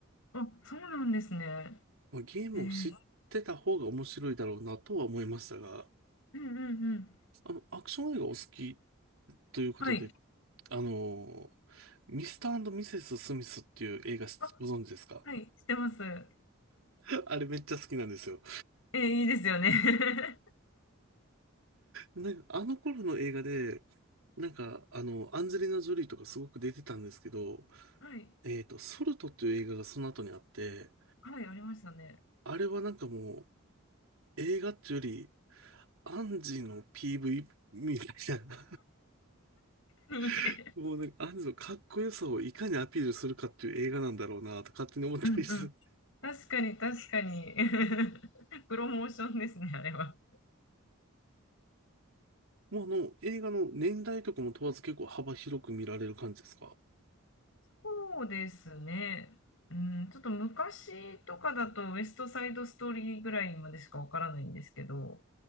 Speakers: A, on the left; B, on the right.
A: あ、そうなんですね。
B: まあ、ゲームを知ってた方が面白いだろうなとは思いましたが、
A: えー、うんうんうん。
B: あの、アクション映画お好きということで、
A: はい。
B: あの、ミスターミセス・スミスっていう映画しご存知ですか
A: あ、はい、してます。え
B: <laughs> あれめっちゃ好きなんですよ。
A: ー、いいですよね。
B: なんか、あの頃の映画で、なんか、あの、アンジェリーナ・ジョリーとかすごく出てたんですけど、
A: <laughs> はい。
B: えっと、ソルトっていう映画がその後にあって、
A: はい、ありましたね。
B: あれはなんかもう、映画っていうより、アンジの PV みたいな、
A: <laughs> に
B: <laughs> もうなんかアンジのかっこよさをいかにアピールするかっていう映画なんだろうなと勝手に思ったりする。
A: うんうん。確かに、確かに。<laughs> プロモーションですね、あれは。
B: もうあの、映画の年代とかも問わず結構幅広く見られる感じですか
A: そうですね。うん、ちょっと昔とかだと、ウエストサイドストーリーぐらいまでしかわからないんですけど、